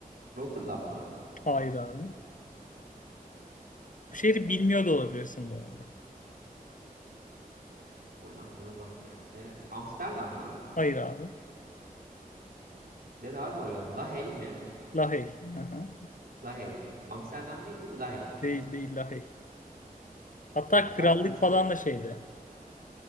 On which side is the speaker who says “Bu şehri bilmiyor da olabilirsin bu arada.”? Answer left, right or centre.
Left